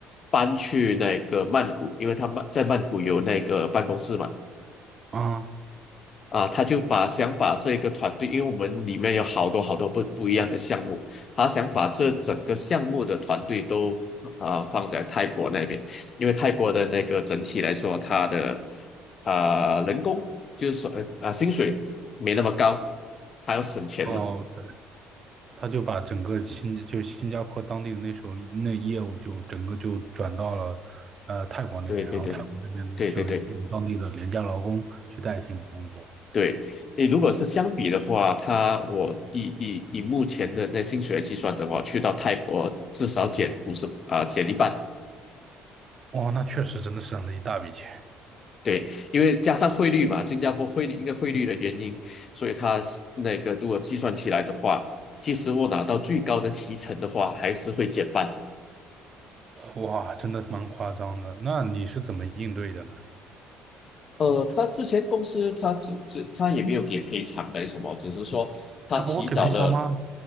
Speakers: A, on the left; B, on the right.
A: 搬去那个曼谷，因为他曼在曼谷有那个办公室嘛。
B: 啊，
A: 啊，他就把想把这个团队，因为我们里面有好多好多不不一样的项目，他想把这整个项目的团队都啊放在泰国那边，因为泰国的那个整体来说，它的啊人工就是说呃啊薪水没那么高，还要省钱嘛。
B: 哦，他就把整个新就新加坡当地的那时候那业务就整个就转到了呃泰国那边，
A: 对对对对
B: 然后泰国那边就用当地的廉价劳工去代替你工作。
A: 对对对对，你如果是相比的话，他我以以以目前的那薪水来计算的话，去到泰国至少减五十啊减一半。
B: 哇，那确实真的省了一大笔钱，
A: 对，因为加上汇率嘛，新加坡汇率一个汇率的原因，所以它是那个如果计算起来的话，其实我拿到最高的提成的话，还是会减半。
B: 哇，真的蛮夸张的。那你是怎么应对的呢？
A: 呃，他之前公司他只只他也没有给赔偿还是什么，只是说他提早了，
B: 他不会给赔偿吗？